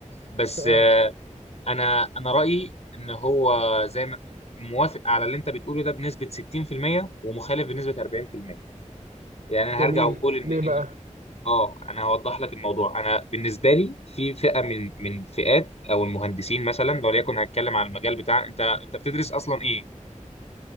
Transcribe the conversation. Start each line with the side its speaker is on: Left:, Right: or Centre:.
Left: بس
Right: اه
Left: آه انا انا رايي ان هو زي ما موافق على اللي انت بتقوله ده بنسبه 60% ومخالف بنسبه 40% يعني انا
Right: جميل
Left: هرجع واقول ان
Right: ليه
Left: ان
Right: بقى؟
Left: في اه انا هوضح لك الموضوع انا بالنسبه لي في فئه من من فئات او المهندسين مثلا لو ليكن هتكلم عن المجال بتاع انت انت بتدرس اصلا ايه